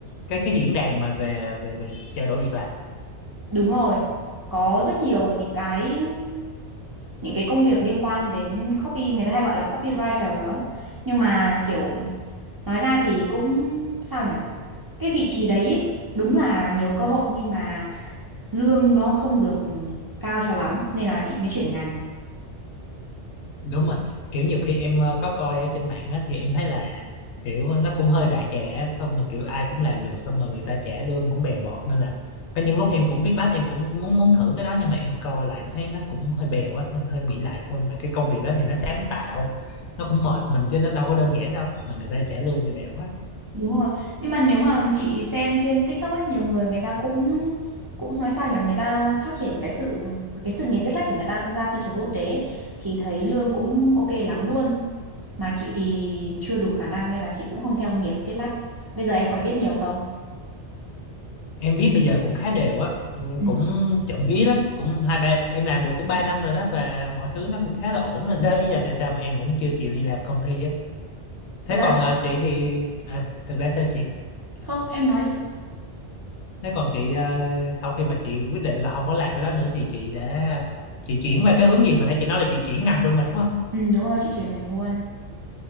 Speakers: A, on the left (about 75°); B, on the right (about 35°).
A: cái cái diễn đàn mà về về về trao đổi việc làm
B: Đúng rồi, có rất nhiều những cái những cái công việc liên quan đến copy người ta hay gọi là copywriter á. nhưng mà kiểu nói ra thì cũng sao nhở cái vị trí đấy ý, đúng là nhiều cơ hội nhưng mà lương nó không được cao cho lắm nên là chị mới chuyển ngành
A: đúng mà kiểu nhiều khi em ờ, có coi ở trên mạng á, thì em thấy là kiểu nó cũng hơi đại trà á, xong rồi kiểu ai cũng làm được xong rồi người ta trả lương cũng bèo bọt nên là có những lúc em cũng viết lách em cũng muốn muốn thử cái đó nhưng mà em coi lại em thấy nó cũng hơi bèo á nên thôi em nghĩ lại thôi mà cái công việc đó thì nó sáng tạo nó cũng mệt mình chứ nó đâu có đơn giản đâu mà người ta trả lương thì bèo quá
B: Đúng rồi. Nhưng mà nếu mà chị xem trên TikTok ấy, nhiều người người ta cũng cũng nói sao nhỉ, người ta phát triển cái sự cái sự nghiệp viết lách của người ta ra thị trường quốc tế ấy, thì thấy lương cũng ok lắm luôn. Mà chị thì chưa đủ khả năng nên là chị cũng không theo nghiệp viết lách. Bây giờ em còn viết nhiều không?
A: em viết bây giờ cũng khá đều á Ừ,
B: Ừ.
A: cũng chậm vía lắm cũng hai ba em làm được cũng ba năm rồi đó và mọi thứ nó cũng khá là ổn nên đó là lý do tại sao mà em vẫn chưa chịu đi làm công ty á
B: Thực
A: thế
B: ra
A: còn ờ, chị thì à, thực ra sao chị
B: không, em nói đi.
A: thế còn chị ờ, sau khi mà chị quyết định là không có làm cái đó nữa thì chị đã chị chuyển qua cái hướng gì hồi nãy chị nói là chị chuyển ngành luôn mà đúng không
B: Ừ đúng rồi, chị chuyển ngành luôn.